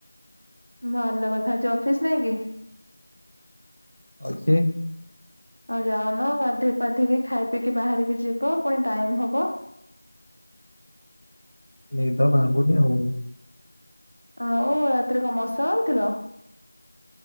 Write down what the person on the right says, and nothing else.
ଭଲ କଥା ଆଜି ଅଫିସ୍ ନାଇଁ କି?
ଆଉ ଯାଉନ ଗାଧେଇ ପାାଧେକି ଖାଇ ପିଇକି ବାହାରିକି ଯିବ ପୁଣି ଟାଇମ୍ ହବ।
ଆଉ ରାତିରେ କଣ ମସା ମାଗ୍ ଥିଲ?